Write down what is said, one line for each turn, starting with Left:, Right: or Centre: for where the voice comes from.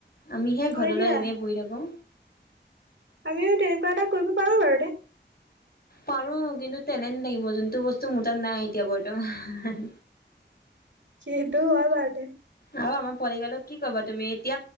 Left: আমিহে
Right: হয়
Left: ঘৰলৈ
Right: দিয়া
Left: এনেই বহি থাকো।
Right: আমিও তেনেকুৱা এটা কৰিব পাৰো বাৰু দে।
Left: পাৰো কিন্তু তেলেন লাগিব যোনটো বস্তু মোৰ তাত নাই এতিয়া বৰ্তমান।
Right: কিন্তু হয় বাৰতে।
Left: আও আমাৰ পোৱালি গালক কি কবা তুমি এতিয়া